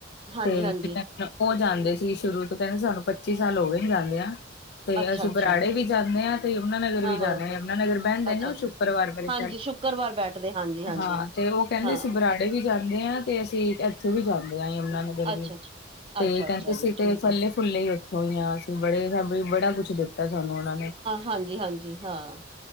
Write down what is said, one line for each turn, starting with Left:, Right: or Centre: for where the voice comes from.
Right: ਹਾਂਜੀ
Left: ਤੇ
Right: ਹਾਂਜੀ
Left: ਉਹ ਜਾਂਦੇ ਸੀ ਸ਼ੁਰੂ ਤੋਂ ਕਹਿੰਦੇ ਸਾਨੂੰ ਪੱਚੀ ਸਾਲ ਹੋ ਗਏ ਜਾਂਦੀਆ। ਤੇ
Right: ਅੱਛਾ
Left: ਅਸੀਂ
Right: ਅੱਛਾ
Left: ਬਰਾੜੇ ਵੀ ਜਾਨੇ ਹਾ। ਯਮੁਨਾ ਨਗਰ
Right: ਹਾਂ
Left: ਵੀ ਜਾਨਾ
Right: ਹਾਂ
Left: ਏ,
Right: ਹਾਂ
Left: ਯਮੁਨਾ ਨਗਰ ਬੇਂਦੇ
Right: ਅੱਛਾ
Left: ਏ ਨੇ ਉਹ
Right: ਅੱਛਾ
Left: ਸ਼ੁੱਕਰਵਾਰ ਬ
Right: ਹਾਂਜੀ
Left: ਚੱਲ,
Right: ਸ਼ੁੱਕਰਵਾਰ ਬੈਠਦੇ ਹਾਂਜੀ ਹਾਂਜੀ
Left: ਹਾਂ ਤੇ ਉਹ ਕਹਿੰਦੇ
Right: ਹਾਂ
Left: ਅਸੀਂ ਬਰਾੜੇ ਵੀ ਜਾਂਦੇ ਹਾਂ, ਤੇ ਅਸੀਂ ਇੱਥੋਂ ਵੀ ਜਾਂਦੇ ਹਾ ਯਮੁਨਾ ਨਗਰ
Right: ਅੱਛਾ ਅੱਛਾ
Left: ਤੇ
Right: ਅੱਛਾ
Left: ਕਹਿੰਦੇ
Right: ਅੱਛਾ ਜੀ
Left: ਸੀ ਤੇ
Right: ਠੀਕ
Left: <unintelligible>
Right: ਹੈ
Left: ਫੁੱਲੇ ਹੀ ਉੱਥੋਂ ਹੀ ਆ ਅਸੀਂ, ਬੜੇ ਸ ਬੜਾ ਕੁਛ ਦਿੱਤਾ ਸਾਨੂੰ ਉਹਨਾਂ ਨੇ।
Right: ਹਾਂਜੀ-ਹਾਂਜੀ, ਹਾਂ,